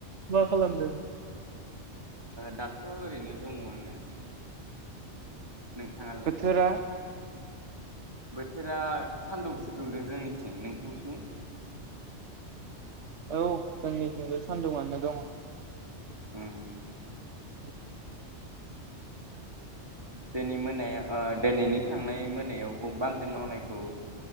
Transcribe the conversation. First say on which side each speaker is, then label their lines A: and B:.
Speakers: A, on the right; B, on the right.
A: मा खालामदों।
B: दाथ ओरैनो दङ आङो। नोंथाङालाय।
A: बोथोरा
B: बोथोरा सानदुंसो दुंदों जोंनिथिं नोंथांथिं।
A: औ जोंनिजोंबो सान्दुंआनो दं।
B: उम <inaudible>
A: <inaudible>
B: दिनै मोनायाव दिनैनि थांनाय मोनायाव बांग्रि मावनायखौ